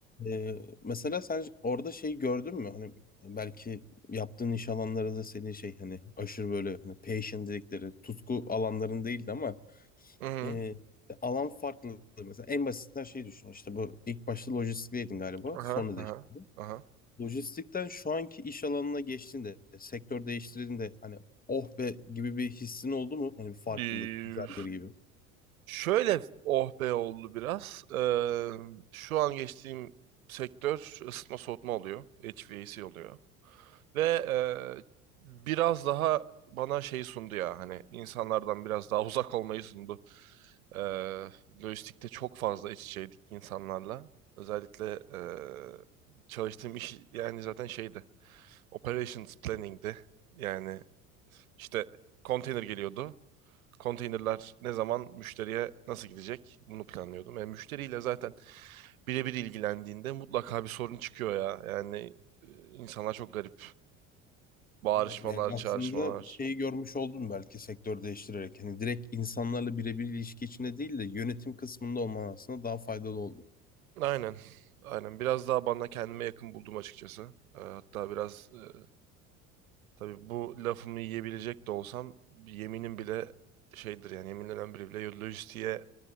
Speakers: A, on the left; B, on the right.
A: Ee, mesela sen orada şey gördün mü? Hani belki yaptığın iş alanları da senin şey hani aşırı böyle hani passion dedikleri tutku alanların değildi ama
B: Hı hı.
A: e, alan farklı. Mesela en basitinden şey düşün işte bu ilk başta lojistikteydin galiba
B: Aha
A: sonra değiştirdin.
B: aha aha.
A: Lojistikten şu anki iş alanına geçtiğinde sektör değiştirdiğinde hani oh be gibi bir hissin oldu mu? Hani bir farklılık
B: Ee,
A: güzeldir gibi.
B: Şöyle oh be oldu biraz. Ee, şu an geçtiğim sektör ısıtma soğutma oluyor. HVAC oluyor. Ve e, biraz daha bana şey sundu ya hani insanlardan biraz daha <laughs> uzak olmayı sundu. Ee, lojistikte çok fazla iç içeydik insanlarla. Özellikle e, çalıştığım iş yani zaten şeydi. Operations planning'di. Yani işte konteyner geliyordu konteynerler ne zaman müşteriye nasıl gidecek bunu planlıyordum. Yani müşteriyle zaten birebir ilgilendiğinde mutlaka bir sorun çıkıyor ya. Yani e, insanlar çok garip. Bağırışmalar,
A: Anladım. Yani
B: çağrışmalar.
A: aslında şeyi görmüş oldum belki sektör değiştirerek. Hani direkt insanlarla birebir ilişki içinde değil de yönetim kısmında olman aslında daha faydalı oldu.
B: Aynen. Aynen. Biraz daha bana kendime yakın buldum açıkçası. E, hatta biraz e, tabii bu lafımı yiyebilecek de olsam yeminim bile şeydir yani yeminlenen biri bile lojistiğe